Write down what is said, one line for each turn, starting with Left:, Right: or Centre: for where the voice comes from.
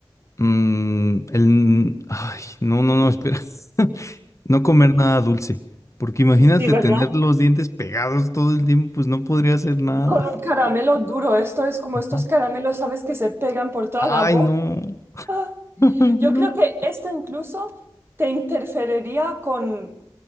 Left: mm, el, ay, no, no, no, espera, <laughs> no comer nada dulce, porque imagínate
Right: Sí, ¿verdad?
Left: tener los dientes pegados todo el tiempo, pues no podría hacer nada.
Right: Con un caramelo duro, esto es como
Left: Ajá.
Right: estos caramelos, ¿sabes? Que se pegan por toda
Left: Ay,
Right: la boca.
Left: no,
Right: <laughs> Ah,
Left: <laughs> no,
Right: Yo creo que esto incluso te interferiría con